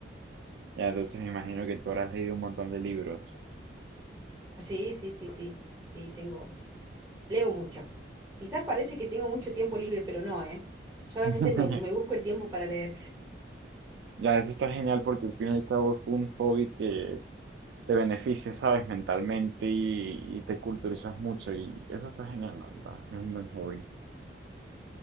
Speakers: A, on the right; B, on the right.
A: Ya, entonces me imagino que tú habrás leído un montón de libros.
B: Sí, sí, sí, sí. Sí, tengo. Leo mucho. Quizás parece que tengo mucho tiempo libre, pero no, ¿eh? Solamente
A: <laughs>
B: me, me busco el tiempo para leer.
A: Ya, eso está genial porque al fin y al cabo es un hobby que te beneficia, ¿sabes? Mentalmente y, y te culturizas mucho y eso está genial, la verdad. Es un buen hobby.